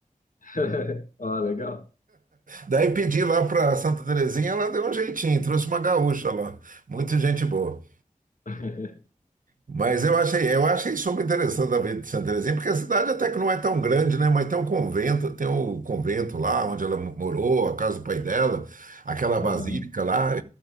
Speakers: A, on the left; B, on the right.
A: <laughs> Ah, legal.
B: Daí pedi lá para Santa Terezinha, ela deu um jeitinho, trouxe uma gaúcha lá, muita gente boa.
A: <laughs>
B: Mas eu achei, eu achei super interessante a vida de Santa Terezinha, porque a cidade até que não é tão grande, né? Mas tem um convento, tem o convento lá onde ela mo- morou, a casa do pai dela, aquela basílica
A: Aham.
B: lá.